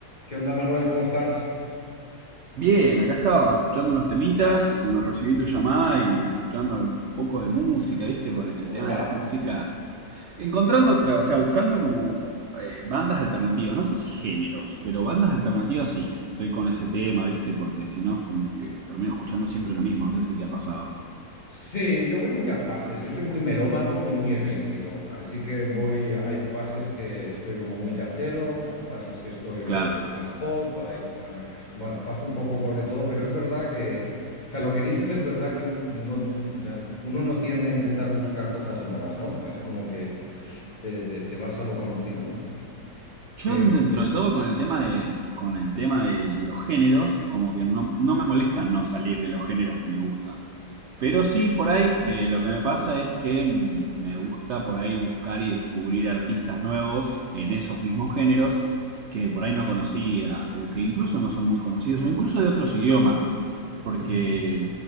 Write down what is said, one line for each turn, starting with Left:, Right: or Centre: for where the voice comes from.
Left: ¿Qué onda, Manuel? ¿Cómo estás?
Right: Bien, acá estaba escuchando unos temitas cuando recibí tu llamada y escuchando un poco de música, ¿viste? Porque el tema
Left: Opa.
Right: de las músicas, encontrando otra, o sea, buscando como eh, bandas alternativas, no sé si géneros, pero bandas alternativas sí. Estoy con ese tema, ¿viste? Porque si no es como que termino escuchando siempre lo mismo, no sé si te ha pasado.
Left: Sí, yo voy muy a fases. Yo soy muy melómano y muy ecléctico. Así que voy. Hay fases que estoy como muy jazzero, hay fases que estoy
Right: Claro,
Left: pues más pop. hay fa- bueno, paso un poco por de todo, pero es verdad que. O sea, lo que dices es verdad que un- no, o sea, uno no tiende a intentar buscar cosas nuevas, ¿no? Es como que te, te- te vas a lo conocido, ¿no?
Right: Yo
Left: Que.
Right: dentro de todo con el tema de, con el tema de los géneros, como que no, no me molesta no salir de los géneros que me gustan. Pero sí, por ahí eh, lo que me pasa es que mm, me gusta por ahí buscar y descubrir artistas nuevos en esos mismos géneros que por ahí no conocía o que incluso no son muy conocidos o incluso de otros idiomas, porque
Left: <laughs>